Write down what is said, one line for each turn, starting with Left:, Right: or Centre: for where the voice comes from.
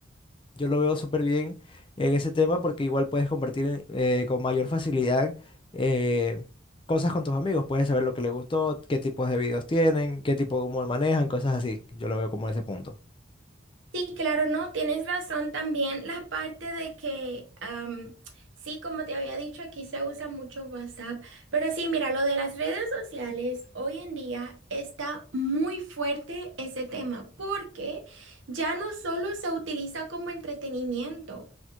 Left: yo lo veo súper bien en ese tema porque igual puedes compartir en- eh, con mayor facilidad eh, cosas con tus amigos. Puedes saber lo que les gustó, qué tipos de videos tienen, qué tipo de humor manejan, cosas así. Yo lo veo como ese punto.
Right: Sí, claro, no, tienes razón también la parte de que, am, sí, como te había dicho, aquí se usa mucho WhatsApp, pero sí, mira, lo de las redes sociales, hoy en día está muy fuerte ese tema, porque ya no solo se utiliza como entretenimiento, o